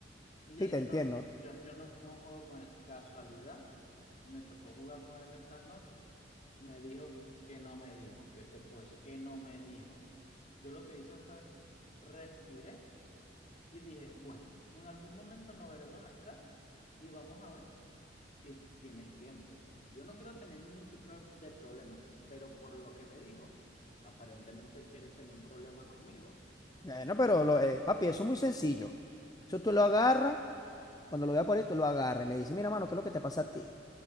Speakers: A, on the left (about 40°); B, on the left (about 20°).
A: Y yo
B: sí,
A: dije,
B: te entiendo.
A: no, yo, yo no, no juego con él. Casualidad, me tocó jugar con él estas noches. Me dijo que no me dijo, que te puedo decir que no me dijo. Yo lo que hice fue respiré y dije, bueno, en algún momento nos veremos las caras y vamos a ver que, quién es quién, pues. Yo no quiero tener ningún tipo de, de problema, pero por lo que me dijo, aparentemente él quiere tener un problema conmigo.
B: Bueno, pero, lo, eh, papi, eso es muy sencillo. Eso tú lo agarras. Cuando lo vea por esto, lo agarren. Le dice, mira, mano, ¿qué es lo que te pasa a ti?